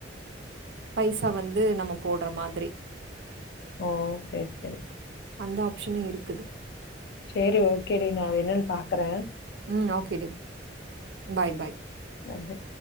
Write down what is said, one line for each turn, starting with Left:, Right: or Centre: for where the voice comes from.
Right: பைசா வந்து நம்ம போடுற மாதிரி
Left: ஓ சரி சரி
Right: அந்த ஆபஷனு இருக்குது
Left: சரி ஓகேடி நா என்னன்னு பாக்குற
Right: ம் ஓகே டி பாய் பாய்
Left: பாய், பாய்.